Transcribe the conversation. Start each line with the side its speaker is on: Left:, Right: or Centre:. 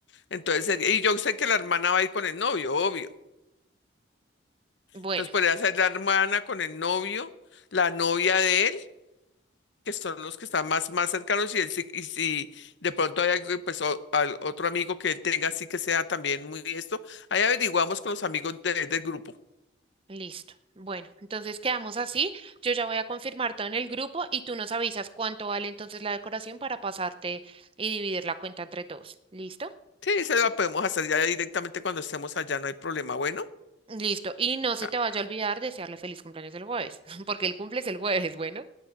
Left: Entonces sería, y yo sé que la hermana va a ir con el novio, obvio.
Right: Bueno,
Left: Entonces podría ser la hermana con el novio, la novia de él, que son los que están más, más cercanos, y, él, sí- y si de pronto hay algo, pues, o- al- otro amigo que él tenga, así que sea también muy esto, ahí averiguamos con los amigos de- del grupo.
Right: listo. Bueno, entonces quedamos así. Yo ya voy a confirmar todo en el grupo y tú nos avisas cuánto vale entonces la decoración para pasarte y dividir la cuenta entre todos. ¿Listo?
Left: Sí, esa la podemos hacer ya directamente cuando estemos allá, no hay problema. Bueno,
Right: Listo. Y no se
Left: Ah,
Right: te vaya a olvidar desearle feliz cumpleaños el jueves, <laughs> porque el cumple es el jueves, bueno.